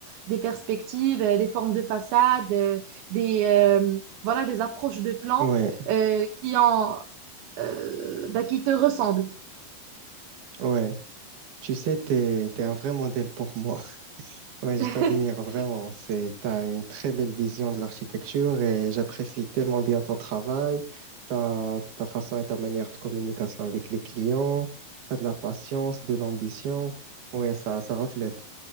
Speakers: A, on the right; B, on the right.
A: des perspectives, euh, des formes de façade. euh, des, euh, voilà, des approches de plans
B: Ouais.
A: euh, qui ont, euh, bah, qui te ressemblent.
B: Ouais. Tu sais, t'es, t'es un vrai modèle pour moi. Ouais, je
A: <laughs>
B: t'admire vraiment. C'est, t'as une très belle vision de l'architecture et j'apprécie tellement bien ton travail, ta, ta façon et ta manière de communication avec les clients. T'as de la patience, de l'ambition. Ouais, ça, ça reflète.